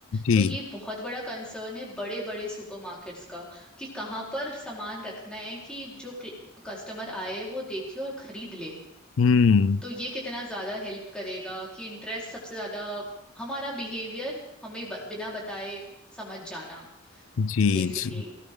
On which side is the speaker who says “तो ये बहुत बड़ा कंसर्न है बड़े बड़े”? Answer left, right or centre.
Centre